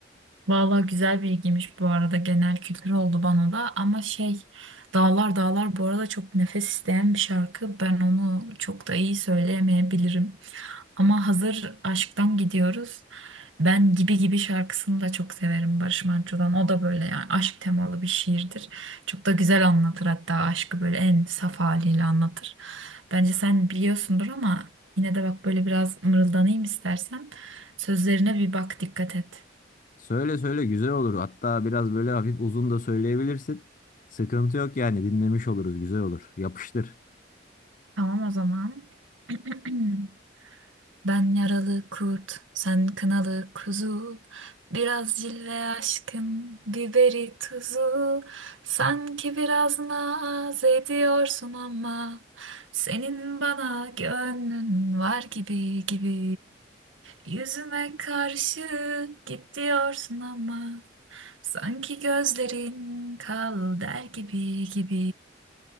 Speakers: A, on the right; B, on the left.
A: Vallahi güzel bilgiymiş bu arada genel kültür oldu bana da ama şey Dağlar Dağlar bu arada çok nefes isteyen bir şarkı ben onu çok da iyi söyleyemeyebilirim ama hazır aşktan gidiyoruz ben Gibi Gibi şarkısını da çok severim Barış Manço'dan o da böyle yani aşk temalı bir şiirdir çok da güzel anlatır hatta aşkı böyle en saf haliyle anlatır bence sen biliyorsundur ama yine de bak böyle biraz mırıldanayım istersen sözlerine bir bak dikkat et.
B: Söyle söyle güzel olur. Hatta biraz böyle hafif uzun da söyleyebilirsin. Sıkıntı yok yani dinlemiş oluruz güzel olur. Yapıştır.
A: Tamam o zaman. <clears throat> Ben yaralı kurt, sen kınalı kuzu. Biraz cilve aşkım, biberi tuzu. Sanki biraz naz ediyorsun ama senin bana gönlün var gibi gibi. Yüzüme karşı git diyorsun ama sanki gözlerin kal der gibi gibi.